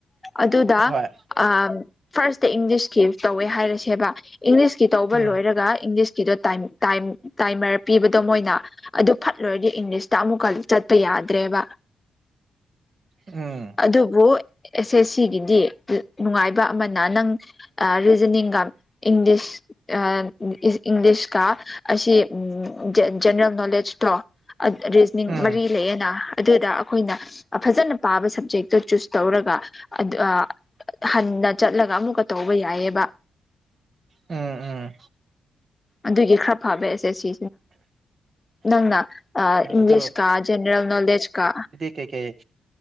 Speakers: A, on the left; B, on the right.
A: ꯑꯗꯨꯗ
B: ꯍꯣꯏ
A: ꯑ ꯐꯥꯁꯇꯥ ꯏꯪꯂꯤꯁꯀꯤ ꯇꯧꯋꯦ ꯍꯥꯏꯔꯁꯦꯕ ꯏꯪꯂꯤꯁꯀꯤ ꯇꯧꯕ
B: ꯎꯝ
A: ꯂꯣꯏꯔꯒ ꯏꯪꯂꯤꯁ ꯀꯤꯗꯣ ꯇꯥꯏꯃ ꯇꯥꯏꯃ ꯇꯥꯢꯃꯔ ꯄꯤꯕꯗꯣ ꯃꯣꯏꯅ ꯑꯗꯨ ꯐꯠ ꯂꯣꯏꯔꯒ ꯏꯪꯂꯤꯁꯇ ꯑꯃꯨꯛꯀ ꯆꯠꯄ ꯌꯥ ꯗ꯭ꯔꯦꯕ
B: ꯎꯝ
A: ꯑꯗꯨꯕꯨ ꯑꯦꯁ ꯑꯦꯁ ꯁꯤꯒꯤꯗꯤ ꯅꯨꯡꯉꯥꯏꯕ ꯑꯃꯅ ꯅꯪ ꯔꯤꯖꯅꯤꯡꯒ ꯏꯪꯂꯤꯁ ꯑ ꯏꯁ ꯏꯪꯂꯤ ꯂꯤꯁꯀꯥ ꯑꯁꯤ ꯖ ꯖꯦꯟꯅꯔꯦꯜ ꯅꯣꯂꯦꯁ ꯇꯣ ꯑꯗ ꯔꯤꯖꯅꯤꯡ
B: ꯎꯝ
A: ꯃꯔꯤ ꯂꯩꯌꯦꯅ ꯑꯗꯨꯗ ꯑꯈꯣꯏꯅ ꯐꯖꯅ ꯄꯥꯕ ꯁꯕꯖꯦꯛ ꯇꯨ ꯆꯨꯁ ꯇꯧꯔꯒ ꯑꯗꯨ ꯍꯟꯅ ꯆꯠꯂꯒ ꯑꯃꯨꯛꯀ ꯇꯧꯕ ꯌꯥꯏꯑꯕ
B: ꯎꯝ ꯎꯝ
A: ꯑꯗꯨꯒꯤ ꯈꯔ ꯐꯕ ꯑꯦꯁ ꯑꯦꯁ ꯁꯤ ꯅꯪꯅ ꯏꯪꯂꯤꯁ
B: ꯑꯗꯨ
A: ꯀꯥ ꯖꯦꯅꯔꯦꯜ ꯅꯣꯂꯦꯖ ꯀꯥ
B: ꯀꯩ ꯀꯩ